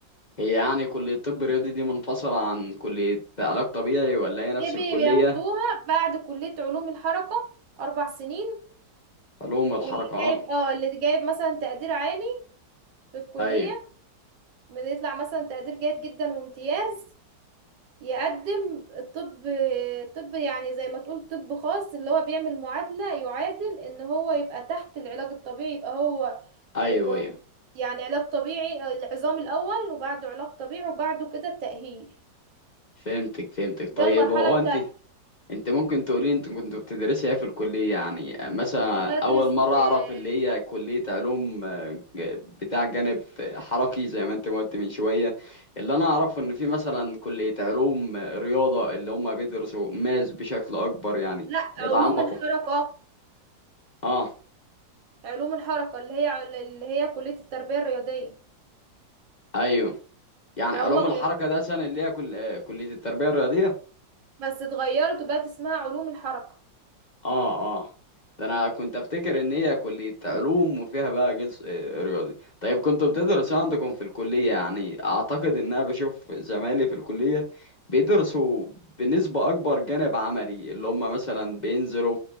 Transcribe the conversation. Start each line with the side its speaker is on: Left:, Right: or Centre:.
Left: هي يعني كلية طب رياضي دي منفصلة عن كلية علاج طبيعي ولا هي
Right: دي
Left: نفس
Right: بي-
Left: الكلية
Right: بياخدوها بعد كلية علوم الحركة أربع سنين
Left: علوم الحركة
Right: واللي جايب
Left: اه
Right: اه اللي جايب مثلا تقدير عالي في الكلية
Left: ايوه
Right: بيطلع مثلا تقدير جيد جدا وامتياز يقدم الطب طب يعني زي ما تقول طب خاص اللي هو بيعمل معادلة يعادل ان هو يبقى تحت العلاج الطبيعي يبقى هو
Left: ايوه
Right: م-
Left: ايوه
Right: يعني علاج طبيعي آه، العظام الاول وبعده علاج طبيعي وبعده كده التأهيل
Left: فهمتك فهمتك
Right: ده
Left: طيب
Right: المرحلة
Left: هو
Right: التالتة
Left: انت انت ممكن تقولي انت كنت بتدرسي ايه في الكلية يعني مثلا
Right: كنت بدرس
Left: اول مرة اعرف
Right: آه،
Left: اللي هي كلية علوم آه، ج- بتاع جانب حركي زي ما انت ما قلت من شوية اللي انا اعرفه ان في مثلا كلية علوم آه، رياضة اللي هم بيدرسوا ماس بشكل اكبر يعني
Right: لا
Left: بيتعمقوا
Right: علوم الحركة
Left: اه
Right: علوم الحركة اللي هي اللي هي كلية التربية الرياضية
Left: ايوه يعني
Right: فهم
Left: علوم
Right: غيروا
Left: الحركة ده سنة اللي هي كل... آه، كلية التربية الرياضية
Right: بس اتغيرت وبقت اسمها علوم الحركة
Left: اه اه ده انا كنت افتكر ان هي كلية علوم وفيها بقى جزء آه، رياضي طيب كنتوا بتدرسوا إيه عندكم في الكلية يعني اعتقد ان انا بشوف زمايلي في الكلية بيدرسوا بنسبة اكبر جانب عملي اللي هم مثلا بينزلوا